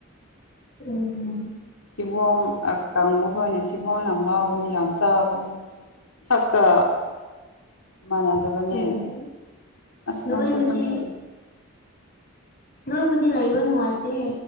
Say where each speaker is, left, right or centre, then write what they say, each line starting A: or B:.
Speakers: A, on the left (about 45°); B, on the left (about 85°).
A: ꯎꯝ
B: ꯊꯤꯕꯣꯡ ꯑꯀꯪꯕꯈꯣꯏꯅ ꯊꯤꯕꯣꯡ ꯌꯥꯝ ꯂꯥꯎꯕꯅꯤ ꯌꯥꯝ ꯆꯥꯕꯅꯤ ꯁꯛꯀꯥ ꯃꯥꯟꯅꯗꯕꯅꯦ
A: ꯎꯝ
B: ꯑꯁ
A: ꯅꯣꯏꯕꯗꯤ
B: ꯅꯪꯁꯨ ꯈꯪꯒ
A: ꯅꯣꯏꯕꯗꯤ ꯂꯩꯕ ꯅꯨꯡꯉꯥꯏꯇꯦ